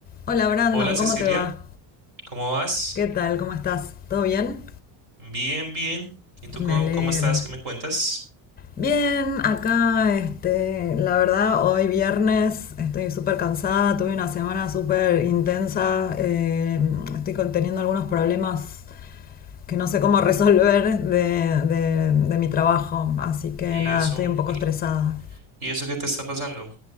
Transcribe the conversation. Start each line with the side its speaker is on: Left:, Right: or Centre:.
Left: Hola Brandon,
Right: Hola Cecilia,
Left: ¿cómo te va?
Right: ¿cómo vas?
Left: ¿Qué tal? ¿Cómo estás? ¿Todo bien?
Right: Bien, bien. ¿Y tú
Left: Me
Right: cómo,
Left: alegro.
Right: cómo estás? ¿Qué me cuentas?
Left: Bien, acá, este, la verdad, hoy viernes estoy súper cansada, tuve una semana súper intensa, eh, estoy con- teniendo algunos problemas que no sé cómo <laughs> resolver de, de- de mi trabajo, así que
Right: ¿Y
Left: nada,
Right: eso?
Left: estoy un poco
Right: ¿Y,
Left: estresada.
Right: y eso qué te está pasando?